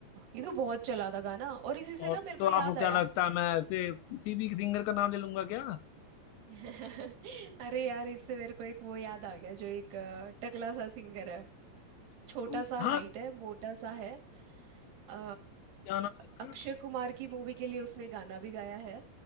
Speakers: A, on the right (about 70°); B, on the left (about 85°).
A: ये तो बहुत चला था गाना और इसी से
B: और
A: ना मेरे
B: तो
A: को
B: आपको
A: याद
B: क्या
A: आया
B: लगता है मैं ऐसे किसी भी सिंगर का नाम ले लूंगा क्या
A: <laughs> अरे यार इससे मेरे को एक वो याद आ गया जो एक अ, टकला सा सिंगर है छोटा
B: तो,
A: सा
B: हाँ
A: हाइट है मोटा सा है अ,
B: क्या नाम है उसका
A: अक्षय कुमार की मूवी के लिए उसने गाना भी गाया है